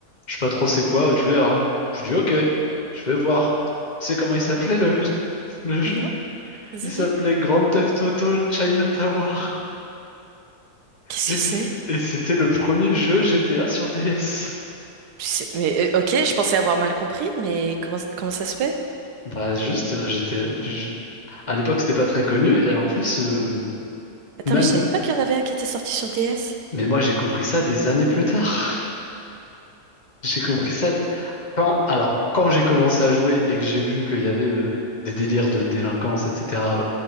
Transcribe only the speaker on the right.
non, vas-y,
dis.
Qu'est-ce
que c'est?
C'est- Mais euh, ok, je pensais avoir mal compris, mais comment, comment ça se fait?
Attends,
mais je savais pas qu'il y en avait un qui était sorti sur DS.